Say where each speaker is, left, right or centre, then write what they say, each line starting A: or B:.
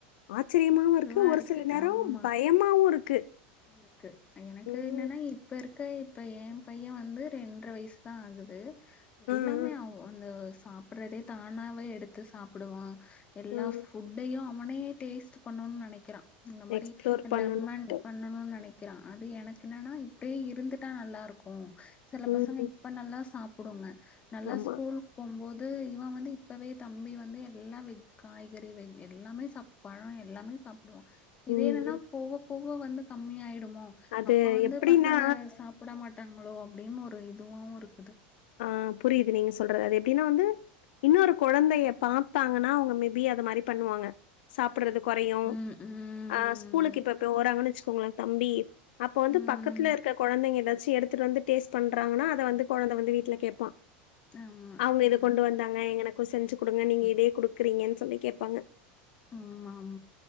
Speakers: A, on the left; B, on the left.
A: ஆச்சரியமாவும்
B: இதுவா
A: இருக்கு ஒரு சில நேரம்
B: ஆமா
A: பயமாவும் இருக்கு
B: இருக்கு எனக்கு
A: ம்.
B: என்னென்னா இப்போ இருக்க இப்போ என் பைய வந்து ரெண்ட்ர வய்சு தா ஆகுது எல்லாமே
A: அ, அ,
B: அவ அந்த சாப்பறதே தானாவே எடுத் து சாப்டுவா எல்லா
A: அ.
B: ஃபுட்டயும் அவனே டேஸ்ட்டு பண்ணோ நெனைக்கிறா இந்த மாரி
A: எக்ஸ்ப்ளோர்
B: நல்ல
A: பண்ணணுன்ட்டு
B: அம்மங் பண்ணணு நெனைக்கிறா அது எனக்கு என்னன்னா இப்டியே இருந்துட்டா நல்லா இருக்கும் சில
A: ம்
B: பசங்க
A: ம்
B: அப்ப நல்லா சாப்புடுங்க நல்லா
A: ஆமா
B: ஸ்கூல் போம்போது இவ வந்து இப்பவே தம்பி வந்து எல்லா வெஜ் காய்கறி வெ எல்லாமே சாப் பழம் எல்லாமே சாப்டுவா இதே
A: ம்
B: என்னன்னா
A: ம்
B: போக போக வந்து கம்மியாயிடு மோ
A: அது
B: அப்ப வந்து
A: எப்டின்னா
B: பசங்க சாப்புட மாட்டாங்களோ அப்டின் ஒரு இதுவாவும் இருக்குது
A: ஆ புரியுது நீங்க சொல்ற அது எப்டின்னா வந்து இன்னொரு கொழந்தைய பாத்தாங்கன்னா அவங்க மேபி அது மாரி பண்ணுவாங்க சாப்பிட்றது கொறையும்
B: ம் ம்
A: ஆ ஸ்கூலுக்கு இப்ப இப்ப ஓறாங்கன் வச்சுக்கோங்ளேன் தம்பி அப்ப வந்து
B: ம்
A: பக்கத்துல இருக்கற கொழந்தைங்க எதாச்சு எடுத்துட்டு வந்து டேஸ்ட் பண்றாங்கன்னா அத வந்து கொழந்த வந்து வீட் ல கேப்பா
B: ஆமா
A: அவங்க இத
B: ஆ
A: கொண்டு வந்தாங்க எனக்கும் செஞ்சு குடுங்க
B: ஆமா
A: நீங்க இதே குடுக்குறீங்கன் சொல்லி கேப்பாங்க
B: ம்